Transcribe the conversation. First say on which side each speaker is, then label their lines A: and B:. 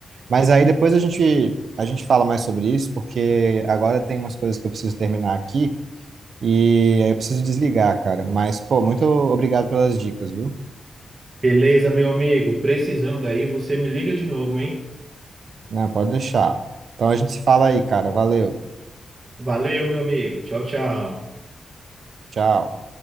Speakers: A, on the right (about 60°); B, on the right (about 25°).
A: Mas aí depois a gente a gente fala mais sobre isso, porque agora tem umas coisas que eu preciso terminar aqui e aí eu preciso desligar, cara. Mas, pô, muito obrigado pelas dicas, viu?
B: Beleza, meu amigo? Precisando aí, você me liga de novo, hein?
A: Não, pode deixar. Então a gente se fala aí, cara. Valeu.
B: Valeu, meu amigo. Tchau, tchau.
A: Tchau.